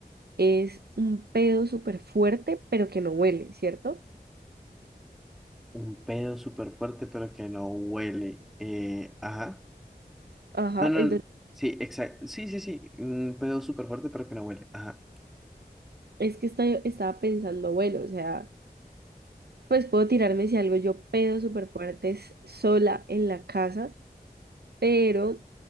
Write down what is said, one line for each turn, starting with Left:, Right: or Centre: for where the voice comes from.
Right: es un pedo súper fuerte, pero que no huele, ¿cierto?
Centre: Un pedo súper fuerte, pero que no huele. Eh, ajá.
Right: Ajá,
Centre: No, no,
Right: entonces
Centre: no. Sí, exacto. Sí, sí, sí. Un pedo súper fuerte, pero que no huele. Ajá.
Right: es que estoy, estaba pensando, bueno, o sea, pues puedo tirarme si algo yo pedo súper fuerte es sola en la casa pero,